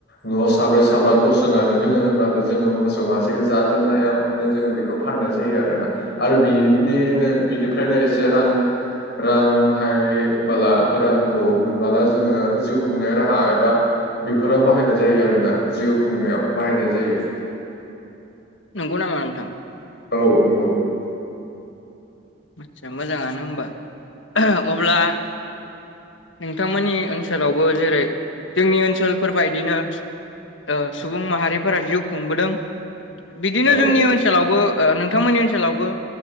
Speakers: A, on the left (about 60°); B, on the left (about 80°).
A: न'आव साब्रै साबा दस जोनानो दोङो होनबाथ' जोङो मोसौ मासेखो जाजोबनो हाया ओंखायनो जोङो बेखो फाननाय जायो आरोना आरो बिनिनो बिनिफ्रायनो एसे रां रां हाय बाला रां खौ मोनबोला जोङो जिउ खुंनाय राहा एबा बिफोराव बाहायनाय जायो आरो ना जिउ खुंनायाव बाहायनाय जायो।
B: नंगौ नामा नोंथां?
A: औ नंगौ
B: आस्सा मोजाङानो ओमबा। अब्ला नोंथांमोननि ओनसोलावबो जेरै जोंनि ओनसोलफोरबायदिनो ओ सुबुं माहारिफोरा जिउ खुंबोदों। बिदिनो
A: औ
B: जोंनि ओनसोलावबो नोंथांमोननि ओनसोलावबो